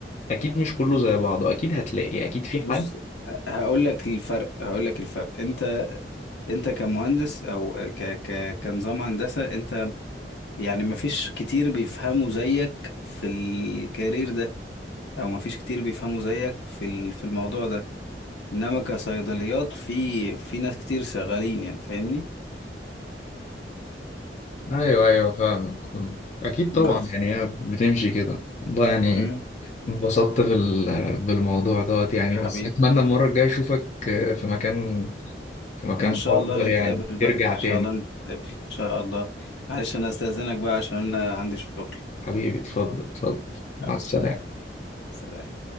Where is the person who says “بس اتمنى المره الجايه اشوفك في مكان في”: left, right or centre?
Left